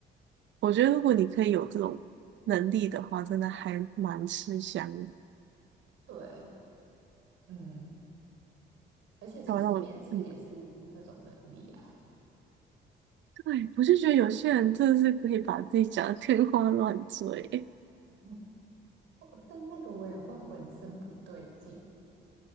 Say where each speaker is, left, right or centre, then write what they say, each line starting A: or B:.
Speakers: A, on the right (about 70°); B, on the right (about 85°).
A: 我觉得如果你可以有这种能力的话，真的还蛮吃香的。
B: 对，嗯，而且其实面试也是这种能力啊，
A: 对啊，让我，嗯，对，我就觉得有些人真的是可以把自己讲的天花乱坠。
B: <laughs> 我但那个我也会浑身不对劲，